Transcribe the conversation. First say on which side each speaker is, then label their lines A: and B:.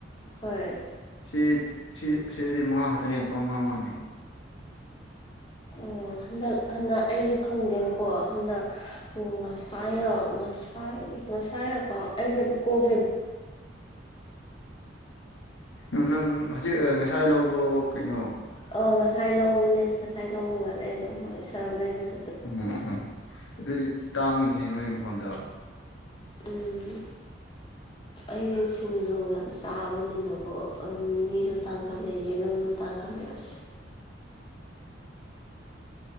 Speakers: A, on the left; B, on the left.
A: ꯍꯣꯏ
B: ꯁꯤ ꯁꯤꯗꯗꯤ ꯃꯉꯥ ꯈꯛꯇꯅꯦ ꯂꯨꯄꯥ ꯃꯉꯥ ꯃꯉꯥꯅꯦ
A: ꯑꯣ ꯍꯟꯗꯛ ꯍꯟꯗꯛ ꯑꯩꯁꯨ ꯈꯪꯗꯦꯕꯀꯣ ꯍꯟꯗꯛ ꯉꯁꯥꯏꯔ ꯉꯁꯥꯏ ꯉꯁꯥꯏꯔꯀꯣ ꯑꯩꯁꯦ ꯀꯣꯛ
B: ꯎ ꯅꯪ ꯍꯧꯖꯤꯛ ꯉꯁꯥꯏ ꯂꯧꯕ ꯄꯔꯣ ꯀꯩꯅꯣ
A: ꯑꯣ ꯉꯁꯥꯏ ꯂꯧꯕꯅꯦ ꯉꯁꯥꯏ ꯂꯧꯕ ꯃꯥꯂꯦ ꯑꯩꯗꯣ ꯍꯣꯏ ꯁꯔꯞ ꯂꯩꯕꯁ
B: ꯎꯝ ꯎꯝ ꯑꯗꯨ ꯇꯥꯡꯉꯤꯅꯦꯍꯦ ꯅꯣꯏꯣꯏ ꯃꯨꯝꯐꯝꯗ
A: ꯎꯝ ꯑꯩꯗꯤ ꯁꯤꯡꯖꯨ ꯌꯥꯝ ꯆꯥꯕꯅꯤꯅꯀꯣ ꯃꯤꯁꯨ ꯇꯥꯡꯈꯠꯂꯦ ꯌꯦꯔꯝꯁꯨ ꯇꯥꯡꯈꯠꯂꯦ ꯑꯁ